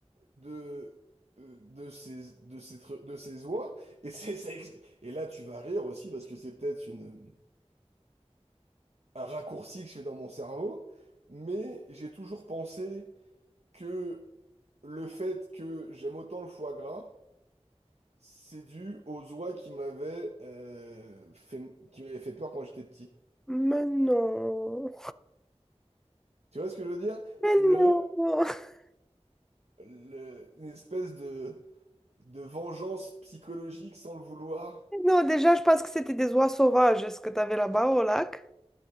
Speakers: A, on the right; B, in the centre.
A: de, euh, de ces, de ces, tru- de ces oies. Et, c'est- ça ex- et là, tu vas rire aussi parce que c'est peut-être une un raccourci que je fais dans mon cerveau, mais j'ai toujours pensé que le fait que j'aime autant le foie gras, c'est dû aux oies qui m'avaient euh, fait, qui m'avaient fait peur quand j'étais petit.
B: Mais non.
A: Tu vois ce que je veux dire?
B: Mais
A: Le,
B: non. <laughs>
A: le- une espèce de, de vengeance psychologique sans le vouloir.
B: Non, déjà, je pense que c'était des oies sauvages, ce que tu avais là-bas au lac.